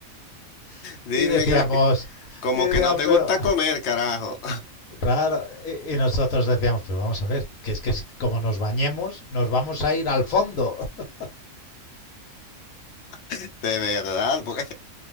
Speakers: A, on the left (about 80°); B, on the left (about 60°).
A: <laughs>
B: dime
A: y decíamos,
B: que como
A: y decíamos,
B: que no te
A: pero
B: gusta comer, carajo.
A: claro, y, y nosotros decíamos, pero vamos a ver, que es que es como nos bañemos, nos vamos a ir al fondo. <laughs>
B: <laughs> De verdad, porque